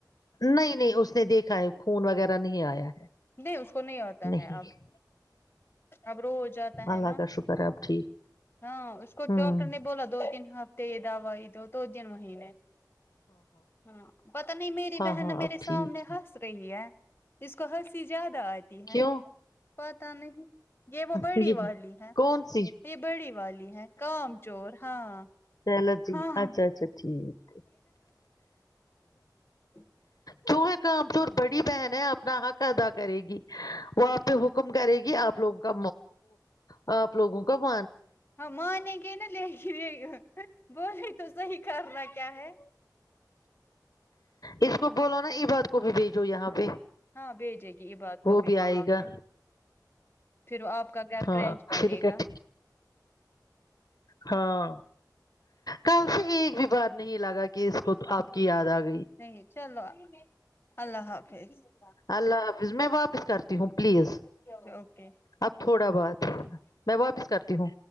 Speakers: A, on the left; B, on the left.
A: نہیں نہیں اس نے دیکھا ہے خون وغیرہ نہیں آیا ہے
B: نہیں اس کو نہیں ہوتا
A: نہیں
B: ہے اب اب رو ہو جاتا ہے
A: اللہ
B: نا
A: کا شکر ہے اب ٹھیک
B: ہاں اس کو
A: ہوں
B: ڈاکٹر نے بولا دو تین ہفتے پ دا وا ا تو ن مہینے ہاں پت نہیں میری
A: ہاں
B: بہن
A: ہاں
B: میرے
A: اب ٹھیک
B: سامنے ہنس رہی ہے اس کو ہنسیجد آتی ہیں
A: کیوں
B: پتہ نہیں یہ وہ بڑی
A: یہ
B: والی ہے
A: کون سی
B: یہ بڑی والی ہے کام چور ہاں
A: چو جی
B: ہاں ہاں
A: اچھا اچھا ٹھیک ہے
B: ج
A: کیوں ہے کام جوور بڑی بہن ہے اپنا حق ادا کرے گی وہ آپ ح حکم کرے گی آ لوگوں کا حک لوگوں کا ب
B: ہاں م نے کے نا لے کے بولے تو صح ہی کرنا کیا ہے
A: اس کو بولو نا ای بات کو بھی بھیجو یہاں پہ
B: ہاں بھیجے گی یہ بات کو
A: وہ
B: بھی وہاں
A: آئے گا
B: پہ پھر آپ کا گھر
A: ہاں
B: کرینچ بنے
A: فری کٹ
B: گا
A: ہاں کل سے ایک بھی باہر نہیں لگا کہ اس کو آپ کی یاد آ گئی
B: نہیں چلو اللہ حافظ
A: اللہ حافظ میں واپس کرتی ہوں پلیز
B: اوکے
A: اب تھوڑا بہت میں واپس کرتی ہوں